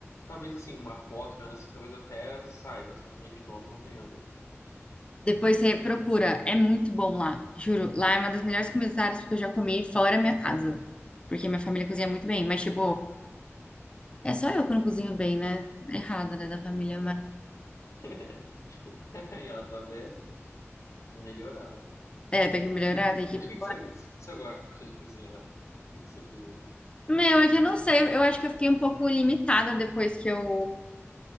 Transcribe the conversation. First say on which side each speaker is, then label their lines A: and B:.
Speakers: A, on the left; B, on the left.
A: Talvez assim, uma foto vendo assim, talvez eu até saiba, sabe? Mas de nome não lembro.
B: Depois você procura, é muito bom lá, juro. Lá é uma das melhores culinárias que eu já comi fora minha casa, porque minha família cozinha muito bem, mas tipo,
A: Ah.
B: é só eu que não cozinho bem, né? Errada, né, da família, mas
A: <laughs> Aí, ó, tá vendo? Tem que Melhorar. né?
B: é, tem que melhorar, tem que
A: Mas
B: ir pro-
A: o que que você, o que você gosta de cozinhar? O que que você cozinha?
B: Meu, é que eu não sei, eu acho que eu fiquei um pouco limitada depois que eu